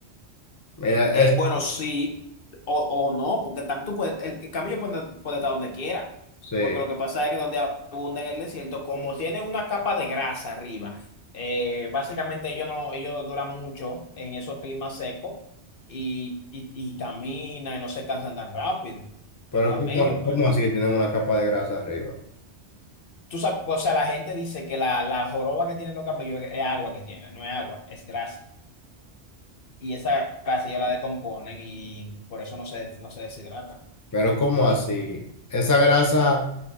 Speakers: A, on the left; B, on the left.
A: Mira,
B: Eh,
A: es,
B: bueno, sí o, o no, porque tam- tú puedes, el camello puede, puede estar donde quiera,
A: sí.
B: porque lo que pasa es que donde abunda en el desierto, como tiene una capa de grasa arriba, eh, básicamente ellos no, ellos duran mucho en esos climas secos y, y, y caminan y no se cansan tan rápido,
A: Pero
B: los camellos,
A: ¿cómo, cómo
B: pero
A: así que tienen una capa de grasa arriba?
B: tú sabes, o sea, la gente dice que la, la joroba que tienen los camellos es agua que tienen, no es agua, es grasa, y esa grasa ya la decomponen y por eso no se, no se deshidratan.
A: Pero ¿cómo así? Esa grasa,